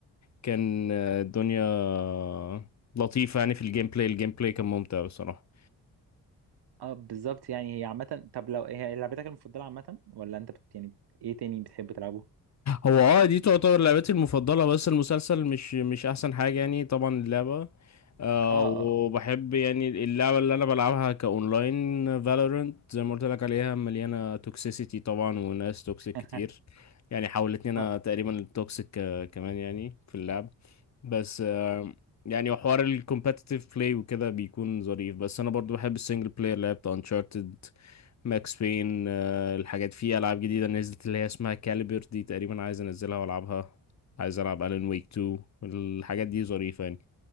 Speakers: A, on the left; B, on the right.
A: كان آه، الدنيا آه، لطيفة يعني في الجيم بلاي الجيم بلاي كان ممتع بصراحة
B: اه بالظبط يعني هي عامه طب لو هي لعبتك المفضله عامه ولا انت بت يعني ايه تاني بتحب تلعبه
A: هو اه دي تعتبر لعبتي المفضلة بس المسلسل مش مش أحسن حاجة يعني طبعا اللعبة آه
B: اه
A: وبحب
B: اه
A: يعني اللعبة اللي أنا بلعبها كأونلاين فالورنت زي ما قلت لك عليها مليانة توكسيسيتي طبعا وناس توكسيك
B: <laughs>
A: كتير يعني حولتني أنا
B: اه
A: تقريبا التوكسيك آه، كمان يعني في اللعب بس آه يعني وحوار الكومبتيتيف بلاي وكده بيكون ظريف بس أنا برضو بحب السنجل بلاير لعبت أنشارتد ماكس بين الحاجات في العاب جديده نزلت اللي هي اسمها كاليبر دي تقريبا عايز انزلها والعبها عايز العب الين ويك 2 الحاجات دي ظريفه يعني